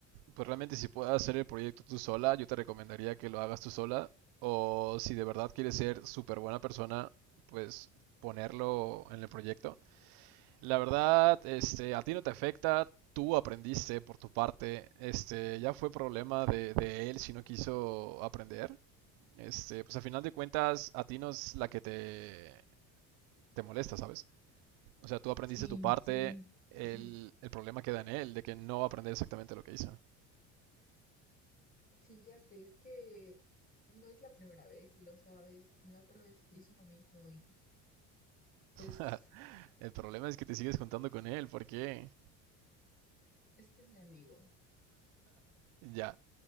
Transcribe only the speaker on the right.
pues realmente si puedes hacer el proyecto tú sola, yo te recomendaría que lo hagas tú sola. O si de verdad quieres ser súper buena persona, pues ponerlo en el proyecto. La verdad, este, a ti no te afecta, tú aprendiste por tu parte, este, ya fue problema de, de él si no quiso aprender. Este, pues a final de cuentas, a ti no es la que te, te molesta, ¿sabes? O sea, tú aprendiste
tu parte,
el,
el problema queda en él, de que no va a aprender exactamente lo que hizo.
<laughs> El problema es que te sigues juntando con él, ¿por qué?
Ya,